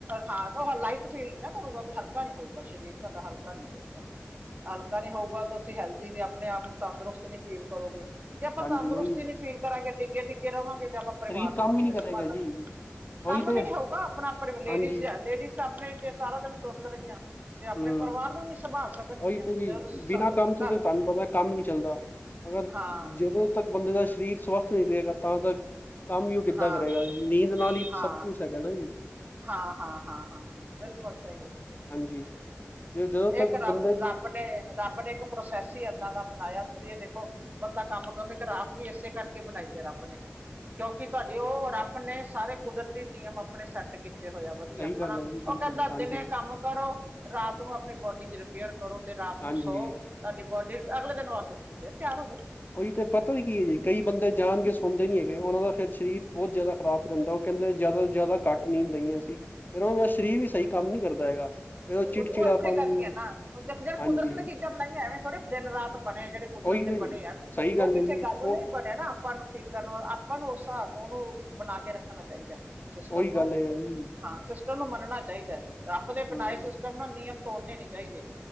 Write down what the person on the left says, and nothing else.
ਹਾਂਜੀ
ਉਹੀ
ਸਰੀਰ
ਕੰਮ
ਹੀ ਨਹੀਂ ਕਰੇਗਾ
ਜੀ ਉਹੀ
ਤੇ
ਹਾਂਜੀ
ਹਮ
ਉਹੀ ਤੇ ਜੀ
ਬਿਨਾਂ
ਕੰਮ ਤੋਂ
ਤੁਹਾਨੂੰ ਪਤਾ ਕੰਮ ਨੀ ਚੱਲਦਾ ਅਗਰ
ਜਦੋਂ ਤੱਕ। ਬੰਦੇ ਦਾ ਸਰੀਰ ਸਵਸਥ ਨਹੀਂ ਰਹੇਗਾ ਤਾਂ ਤਾਂ ਕੰਮ ਹੀ ਉਹ ਕਿੱਦਾਂ
ਕਰੇਗਾ ਨੀਂਦ ਨਾਲ ਹੀ
ਸਭ ਕੁਛ। ਤਾਂ ਹੈਗਾ ਨਾ।
ਹਾਂਜੀ,
ਜ ਜਦੋਂ ਤੱਕ
ਬੰਦੇ ਦੀ
ਸਹੀ ਗੱਲ
ਹੈ ਜੀ ਬਿਲਕੁਲ
ਹਾਂਜੀ।
ਹਾਂਜੀ,
ਉਹੀ ਤੇ ਪਤਾ ਨੀ ਕੀ ਹੈ ਜੀ ਕਈ ਬੰਦੇ ਜਾਣਗੇ। ਸੋਂਦੇ ਨੀ ਹੈਗੇ ਉਹਨਾ ਦਾ ਫਿਰ ਸਰੀਰ ਬਹੁਤ ਜ਼ਿਆਦਾ ਖ਼ਰਾਬ ਕਰਦਾ ਉਹ ਕਹਿੰਦੇ ਜ਼ਿਆਦਾ ਜ਼ਿਆਦਾ ਘੱਟ ਨੀਂਦ ਲਈਏ ਅਸੀਂ। ਫੇਰ ਉਨਾਂ ਦਾ ਸਰੀਰ ਵੀ ਸਹੀ ਕੰਮ ਨੀ ਕਰਦਾ ਹੈਗਾ। ਫਿਰ ਚਿੜਚਿੜਾਪਨ
ਹਾਂਜੀ
ਉਹੀ
ਤੇ
ਸਹੀ
ਹੈ ਜੀ
ਉਹ
ਉਹੀ
ਗੱਲ ਹੈ ਜੀ
ਹੂੰ